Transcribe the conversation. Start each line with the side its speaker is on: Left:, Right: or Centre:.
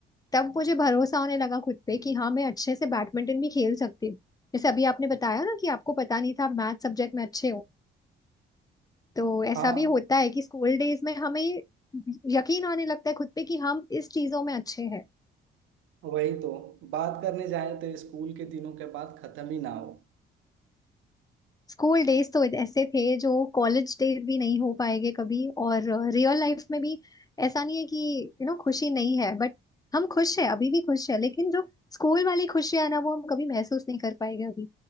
Left: तब मुझे भरोसा होने लगा खुद पे कि हाँ मैं अच्छे से बैडमिंटन भी खेल सकती हूँ जैसे अभी आपने बताया ना कि आपको पता नहीं था आप मैथ सब्जेक्ट में अच्छे हो तो ऐसा
Right: हाँ
Left: भी होता है कि स्कूल डेज में हमें यकीन आने लगता है खुद पे कि हम इस चीजों में अच्छे हैं
Right: वही तो बात करने जाए तो स्कूल के दिनों के बाद खत्म ही ना हो
Left: स्कूल डेज तो ऐसे थे जो कॉलेज डेज भी नहीं हो पाएंगे कभी और रियल लाइफ में भी ऐसा नहीं है कि यू नो खुशी नहीं है बट हम खुश है अभी भी खुश है लेकिन जो स्कूल वाली खुशियां है ना वो हम कभी महसूस नहीं कर पाएंगे अभी